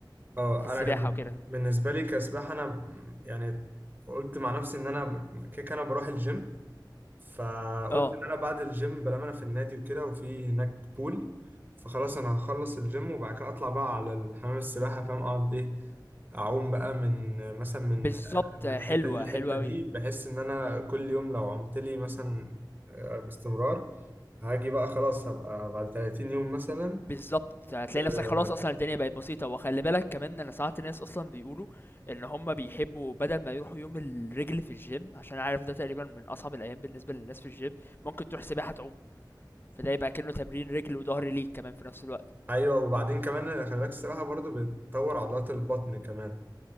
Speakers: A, on the right (about 25°); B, on the left (about 25°).
A: اه
B: في السباحة
A: انا كان بال-
B: وكده
A: بالنسبة لي كسباحة انا م- يعني قلت مع نفسي ان انا ب- كيك انا بروح الجيم فقلت
B: اه
A: ان انا بعد الجيم بلام انا في النادي وكده وفي هناك بول فخلاص انا هخلص الجيم وبعد كده اطلع بقى على الحمام السباحة فاهم اقعد ايه اعوم بقى من مثلا من
B: بالظبط
A: من
B: حلوة
A: الحته دي للحته
B: حلوة أوي
A: دي بحس ان انا كل يوم لو عمت لي مثلا آه، باستمرار هاجي بقى خلاص هبقى بعد 30 يوم مثلا
B: بالضبط هتلاقي
A: آه،
B: نفسك خلاص اصلا الدنيا بقت بسيطه وخلي بالك كمان انا ساعات ناس اصلا بيقولوا ان هم بيحبوا بدل ما يروحوا يوم الرجل في الجيم عشان عارف ده تقريبا من اصعب الايام بالنسبه للناس في الجيم ممكن تروح سباحه تعوم فده يبقى كأنه تمرين رجل وظهر ليك كمان في نفس الوقت
A: ايوه وبعدين كمان أنا خلي بالك السباحه برضو بتطور عضلات البطن كمان